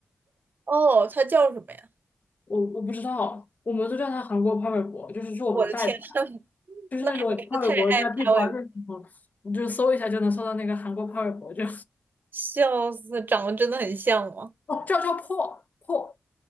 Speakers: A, on the right; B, on the left.
A: 哦，他叫什么呀？
B: 我我不知道，我们都叫他韩国潘玮柏，就是是我们的代表，
A: 我的天呐，<laughs>
B: 就是那种潘玮柏在闭关的时候，
A: 那还是太爱拍我，
B: 你就搜一下就能搜到那个韩国潘玮柏就。
A: 笑死，长得真的很像吗？
B: 哦，叫叫破破